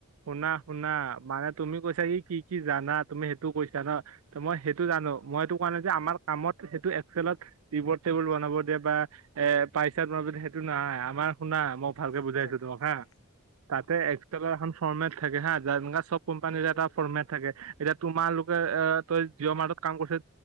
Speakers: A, on the right (about 75°); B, on the left (about 80°).
A: শুনা শুনা মানে তুমি কৈছা কি কি জানা তুমি সেইটো কৈছা ন। ত মই সেইটো জানো
B: অ
A: মই এইটো কোৱা নাই যে আমাৰ কামত সেইটো এক্সেলত- কিবোৰ্ড টেবুল বনাব দিয়ে বা এ পইচাট বনাব দিয়ে সেইটো নাই আমাৰ- শুনা মই ভালকে বুজাইছো
B: আচ্ছা আচ্ছা
A: তোমাক
B: অ
A: হা, তাতে এক্সেলৰ এখন ফৰ্মেট থাকে হা যা যেনেকা চব- কোম্পানীৰ এটা
B: উম
A: ফৰ্মেট থাকে এতিয়া তোমালোকে এ তই- জিঅ' মাতৰ্ত কাম কৰিছে